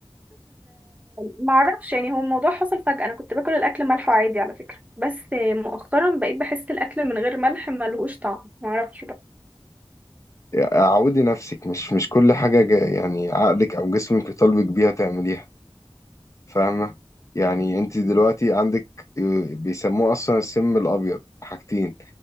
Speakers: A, on the right; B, on the left.
A: ما اعرفش يعني هو الموضوع حصل فجاه انا كنت باكل الاكل ملح عادي على فكره بس مؤخرا بقيت بحس الاكل من غير ملح ملهوش طعم ما اعرفش بقى
B: يعني عودي نفسك مش مش كل حاجة جا- يعني عقلك أو جسمك يطالبك بيها تعمليها فاهمة يعني أنت دلوقتي عندك آه، بيسموه أصلا السم الأبيض حاجتين